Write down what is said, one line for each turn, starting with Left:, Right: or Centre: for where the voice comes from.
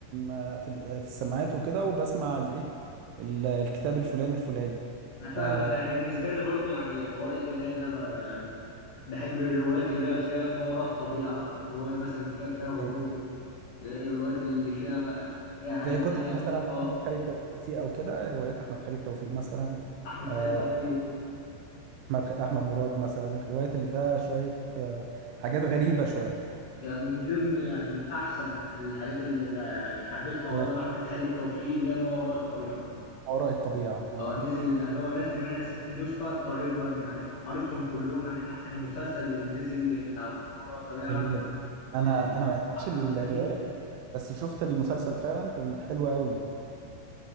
Right: آه، في ال- آه، في السماعات وكده وبسمع الايه ال- الكتاب الفلاني الفلاني
Left: انا فاهمك
Right: آه،
Left: انا بالنسبه لي برضو يعني حوار القرايه ده ب- يعني بحب الروايات اللي هي فيها ما وراء الطبيعه روايه مثلا فيها, فيها غموض
Right: زي
Left: الروايات اللي فيها فيها حاجات
Right: زي كتب
Left: تانية
Right: مثلا
Left: اه
Right: احمد خالد توفيق او كده روايات احمد خالد توفيق مثلا
Left: احمد
Right: آه،
Left: خالد توفيق
Right: احمد احمد مراد مثلا الروايات اللي فيها شوية آه، حاجات غريبة شوية
Left: يعني من ضمن يعني من احسن الحاجات اللي ب- يعني حبيت اقراها
Right: ما
Left: لاحمد خالد توفيق اللي هي ما وراء الطبيعه
Right: وراء الطبيعة اه
Left: اه نزل يعني هو نزل منها 60 نسخه تقريبا يعني قريتهم كلهم يعني حتى المسلسل اللي نزل بتاع ما وراء الطبيعه
Right: جميل انا
Left: آه،
Right: انا ما قريتش
Left: احمد
Right: الروايه
Left: امين
Right: بس شفت المسلسل فعلا كان حلو قوي